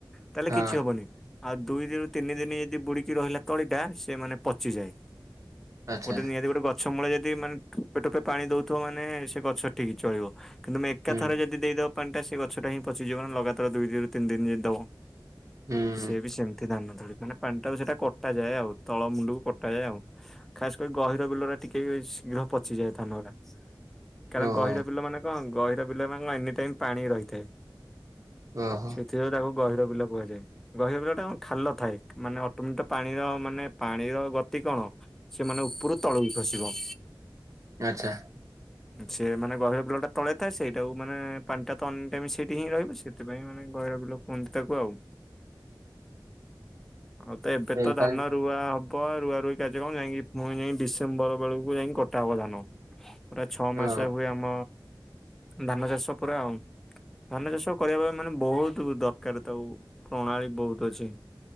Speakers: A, in the centre; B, on the right (about 40°).
A: ତାହେଲେ
B: ହଁ।
A: କିଛି ହବନି। ଆଉ ଦୁଇ ଦିନରୁ ତିନି ଦିନ ଯଦି ବୁଡ଼ିକି ରହିଲା ତଳିଟା ସେ ମାନେ ପଚିଯାଏ।
B: ଆଚ୍ଛା
A: ଗୋଟେ ନିହାତି ଗୋଟେ ଗଛ ମୂଳେ ଯଦି ମାନେ ଠୋପେ ଠୋପେ ପାଣି ଦଉଥୁବ ମାନେ ସେ ଗଛ ଠିକ ଚଳିବ। କିନ୍ତୁ ତୁମେ ଏକା
B: ହୁଁ
A: ଥରେ ଯଦି ଦେଇଦବ ପାଣି ଟା ସେଇ ଗଛଟା ହିଁ ପଚିଯିବ ନା ଲଗାତାର ଦୁଇ ଦିନି ରୁ ତିନି ଦିନ ଯଦି ଦବ।
B: ହୁଁ
A: ସିଏ ବି ସେମିତି ଧାନ ଧଳି ମାନେ ପାଣି ଟାକୁ ସେଇଟା କଟା ଯାଏ ଆଉ ତଳ ମୁଣ୍ଡକୁ କଟା ଯାଏ ଆଉ ଖାସ କରି ଗହିର ବିଲରେ ଟିକେ ଶୀଘ୍ର ପଚିଯାଏ ଧାନଉରା କାରଣ
B: ଓହୋ
A: ଗହିର ବିଲମାନେ କଣ ଗହି ହିର ବିଲ ମାନେ କଣ ଏନି ଟାଇମ ପାଣି ରହିଥାଏ।
B: ଓ ହୋ।
A: ଥିରେ ତାକୁ ଗହିର ବିଲ କୁହାଯାଏ। ଗହିର ବିଲଟା କଣ ଖାଲ ଥାଏ ମାନେ ଅଟୋମେତ ପାଣିର ମାନେ ପାଣିର ଗତି କଣ? ସେମାନେ ଉପରୁ ତଳକୁ ଖସିବ।
B: ଆଛା।
A: ସେ ମାନେ ଗହିର ବିଲ ଟା ତଳେ ଥାଏ ସେଇଟାକୁ ମାନେ ପାଣି ଟା ତ ଅନେ ଟାଇମ୍ ସେ ସେଠି ହିଁ ରହିବ ସେଥିପାଇଁ ମାନେ ଗହିରବିଲ କୁହନ୍ତି ତାକୁ ଆଉ। ଆଉ ତ ଏବେ
B: ଏମିତି
A: ତ
B: ତାହେଲେ
A: ଧାନ ରୁଆ ହବ ରୁଆ ରୁଇ କାର୍ଯ୍ୟ କାମ ଯାଇକି ପୁଣି ଯାଇଁକି ଡି ସେମ୍ବର ବେଳକୁ ଯାଇଁକି କଟା ହବ ଧାନ ପୁରା ଛଏ ମାସ
B: ଓ
A: ହୁଏ ଆମ ଧାନ ଚାଷ ପୁରା ଆଉ ଧାନ ଚାଷ କରିବା ପାଇଁ ମାନେ ବହୁତୁ ଦରକାର ତାକୁ ପ୍ରଣାଳୀ ବହୁତୁ ଅଛି